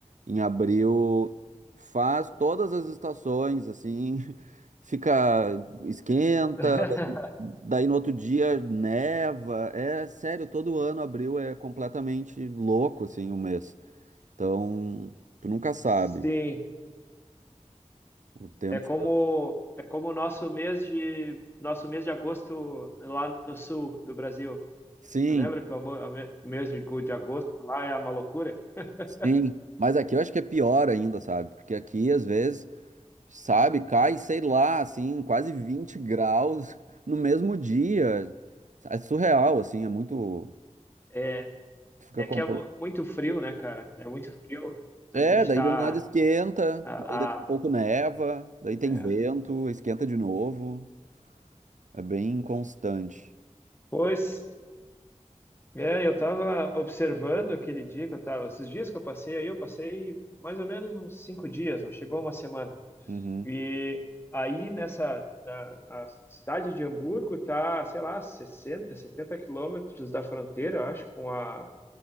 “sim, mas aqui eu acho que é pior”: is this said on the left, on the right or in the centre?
Right